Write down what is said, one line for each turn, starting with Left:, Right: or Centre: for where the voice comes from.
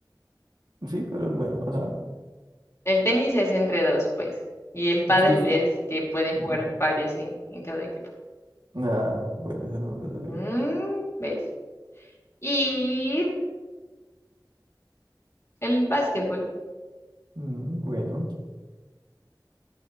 Right: Sí, pero bueno, ajá.
Left: El tenis es entre dos, pues. Y el pádel
Right: Entonces,
Left: es que pueden
Right: mm,
Left: jugar varios en, en cada equipo,
Right: ah, bueno, eso no me
Left: Mm.
Right: lo sabía.
Left: ¿ves? Y el básquetbol.
Right: Mm, Bueno,